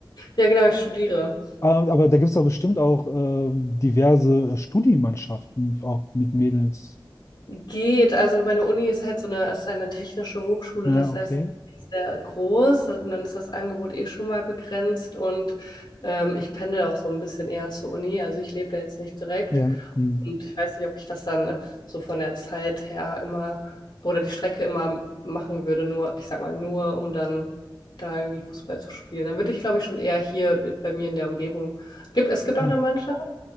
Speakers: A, on the left; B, on the left.
A: Ja, genau, ich studiere.
B: Ähm, Aber da gibt es doch bestimmt auch äh, diverse Studienmannschaften, auch mit Mädels.
A: Geht, also meine Uni ist halt so eine, ist eine technische Hochschule,
B: Ah,
A: das
B: okay.
A: heißt sehr groß und dann ist das Angebot eh schon mal begrenzt und ähm, ich pendel auch so ein bisschen eher zur Uni, also ich lebe da jetzt nicht direkt
B: Ja. hm,
A: und ich weiß nicht, ob ich das dann so von der Zeit her immer oder die Strecke immer machen würde, nur, ich sag mal, nur um dann da irgendwie Fußball zu spielen. Dann würde ich, glaube ich, schon eher hier bei mir in der Umgebung. Gibt, es gibt
B: Ja.
A: auch eine Mannschaft